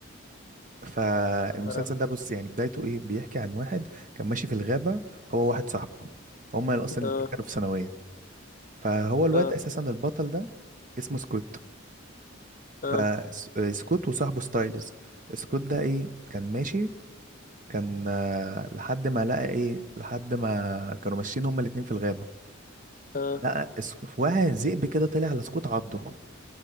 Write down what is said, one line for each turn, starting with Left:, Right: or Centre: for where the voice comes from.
Right: فالمسلسل
Left: يا نهار أبيض.
Right: ده بص يعني بدايته ايه بيحكي عن واحد كان ماشي في الغابه هو واحد صاحبه هما اصلا
Left: اه
Right: الاتنين كانوا في ثانويه فهو الواد
Left: اه
Right: اساسا البطل ده اسمه سكوت
Left: اه
Right: فسكوت وصاحبه ستايلز سكوت ده ايه كان ماشي كان آه، لحد ما لقى ايه لحد ما كانوا ماشيين هما الاتنين في الغابه
Left: اه
Right: لقى سك- واحد ذئب كده طلع على سكوت عضه